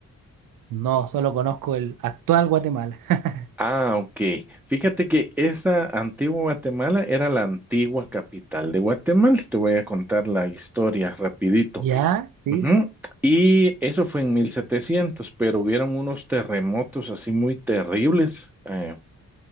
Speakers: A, on the right; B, in the centre.
A: No, solo conozco el actual Guatemala. <laughs>
B: Ah, ok. Fíjate que esa antigua Guatemala era la antigua capital de Guatemala. Te voy a contar la historia rapidito.
A: ¿Ya? Sí,
B: Ujú.
A: sí.
B: Y eso fue en 1700, pero hubieron unos terremotos así muy terribles eh,